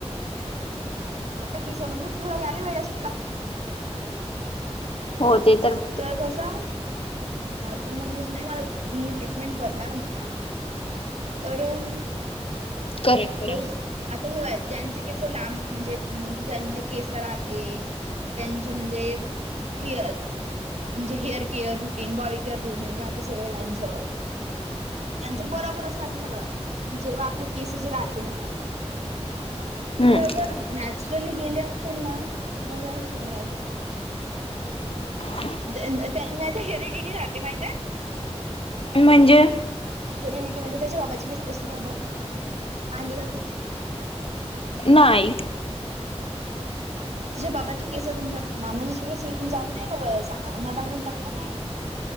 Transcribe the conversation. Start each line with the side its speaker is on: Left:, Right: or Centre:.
Right: किस म्हणजे पुढं याला वेळचच लागते.
Left: हो तेच
Right: तर कसा? हा तर म्हणच नाही का मी ट्रीटमेंट करणार म्हणा. करण
Left: करा करा
Right: रोज आता हेवायचं. ज्यांचे केस लांब म्हणजे म्हणजे ज्यांना केस राहते, त्यांचे म्हणजे. केअ, म्हणजे hair care clean body care routine राहते सगळं त्यांचं. त्यांचं
Left: हम्म
Right: बरोबरच राहते सगळं जेव्हां आपले केसच जे राहते ना.
Left: हम्म
Right: हेअर जर नॅचरली गेले असतील ना, तर चिटकवून घ्यायचे.
Left: <unintelligible>
Right: दे नाहीत हेरीडिटी राहते माहितेय?
Left: म्हणजे
Right: हेरीडिटी म्हणजे त्याच्या मापाची तसेच आहे बग, पाहिली का तू?
Left: नाहीय
Right: तुझ्या बाबाची केस तुमच्या मामाची इथून जाऊन नाही का मधा म्हणून टाकला नाही का?